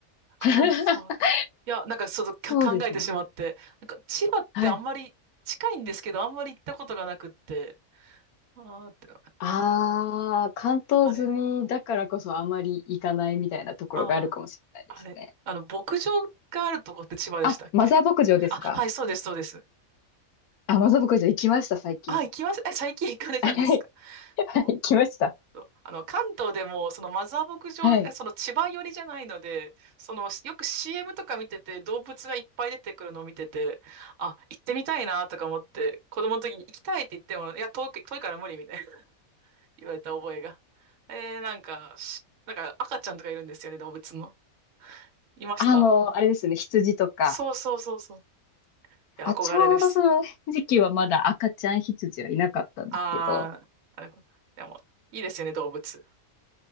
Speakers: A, on the right (about 65°); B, on the left (about 85°).
A: 関東です。
B: <laughs>
A: いや、なんかちょっとか考えてしまって。
B: そうですね。
A: なんか千葉ってあんまり近いんですけど、
B: はい。
A: あんまり行ったことがなくって。ああって、
B: ああ、関東済みだからこそあまり行かないみたいなところがあるかもしれないですね。
A: あれ。ああ。あれ、あの、牧場があるとこって千葉でしたっけ
B: あ、マザー牧場ですか
A: あ、はい、そうです、そうです。
B: あ、マザー牧場行きました、最近。
A: あ、行きました。え、最近行かれたんですか
B: はい。はい行きました。
A: そう、そう。あの、関東でも、そのマザー牧場、
B: はい。
A: えその千葉寄りじゃないので、その、よく CM とか見てて、動物がいっぱい出てくるのを見てて、あ、行ってみたいなとか思って、子供の時に行きたいって言っても、いや、遠く、遠いから無理みたいな <laughs> 言われた覚えが。えー、なんか、しなんか赤ちゃんとかいるんですよね、動物の。いました
B: あの、あれですね、羊とか。
A: そうそうそうそう。いや、
B: あ、
A: 憧れです。
B: ちょうどその時期はまだ赤ちゃん羊はいなかったんですけど。
A: ああ、なるほど。でも、いいですよね、動物。